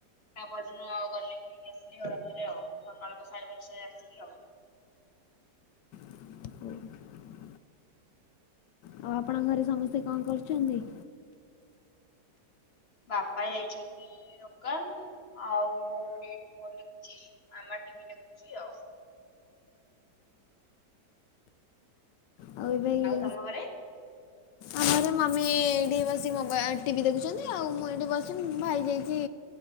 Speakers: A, on the left; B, on the left.
A: ତା ପରଦିନ ଆଉ ଗଲି ବୁଲି କି ଆସିଲି ଆଉ ରାତିରେ ଆଉ ସକାଳ ତ ସାଢେ ପାଞ୍ଚଟାରେ ଆସିଲି ଆଉ।
B: <inaudible> ଆଉ ଆପଣଙ୍କ ଘରେ ସମସ୍ତେ କଣ କରୁଛନ୍ତି?
A: ବାପା ଯାଇଛନ୍ତି ଦୋକାନ ଆଉ ଭଉଣୀ ଏଠି ପଢୁ଼ଛି ମାମା ଟିଭି ଦେଖୁଛି ଆଉ।
B: ଆଉ ଏବେ ଇ
A: ତମ ଘରେ
B: ଆମର ମମି ଏଇଠି ବସି ମୋ ବା ଟିଭି ଦେଖୁଛନ୍ତି ଆଉ ମୁଁ ଏଇଠି ବସି ଭାଇ ଯାଇଛି।